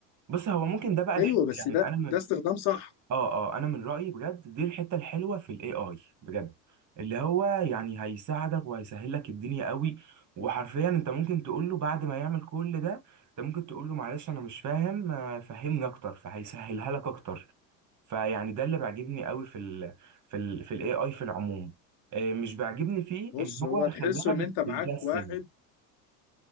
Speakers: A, on the right (about 40°); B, on the left (about 60°).
A: بص هو ممكن ده بقى الحلو
B: ايوه بس
A: يعني
B: ده
A: انا من
B: ده استخدام صح
A: اه اه انا من رايي بجد دي الحته الحلوه في الاي اي بجد اللي هو يعني هيساعدك وهيسهل لك الدنيا قوي وحرفيا انت ممكن تقول له بعد ما يعمل كل ده انت ممكن تقول له معلش انا مش فاهم آه، فهمني اكتر فهيسهلها لك اكتر فيعني ده اللي بيعجبني قوي في ال في ال في الاي اي في العموم آه، مش بيعجبني فيه
B: بص
A: ان هو
B: هو تحسه
A: خلانا بت-
B: ان انت معاك
A: بنكسل
B: واحد